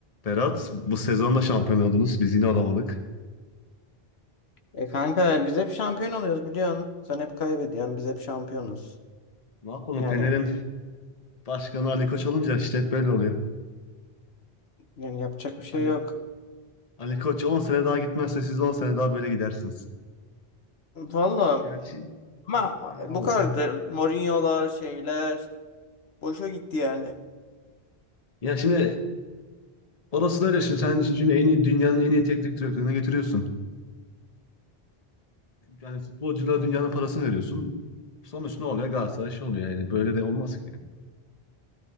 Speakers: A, on the left (about 40°); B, on the left (about 75°).
A: Berat, bu sezon da şampiyon oldunuz. Biz yine olamadık.
B: E kanka biz hep şampiyon oluyoruz biliyorsun. Sen hep kaybediyorsun. Biz hep şampiyonuz.
A: Ne yapalım?
B: Yani
A: Fener'in başkanı Ali Koç olunca işte hep böyle oluyor.
B: yani yapacak bir şey
A: Hani
B: yok.
A: Ali Koç 10 sene daha gitmezse siz 10 sene daha böyle gidersiniz.
B: Vallahi
A: Gerçi
B: ama
A: yani-
B: bu kadar da Mourinho'lar şeyler boşa gitti yani.
A: ya şimdi orası da öyle şimdi sen şimdi en iyi dünyanın en iyi teknik direktörüne getiriyorsun. Yani futbolculara dünyanın parasını veriyorsun. Sonuç ne oluyor? Galatasaray şey oluyor yani. Böyle de olmaz ki yani.